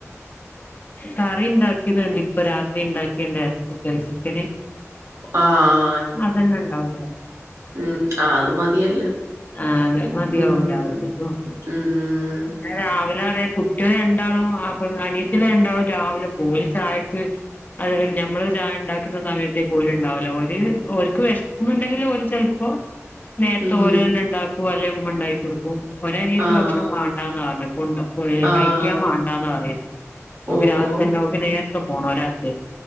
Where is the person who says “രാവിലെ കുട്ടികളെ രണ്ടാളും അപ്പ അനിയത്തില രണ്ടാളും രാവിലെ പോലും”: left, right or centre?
Left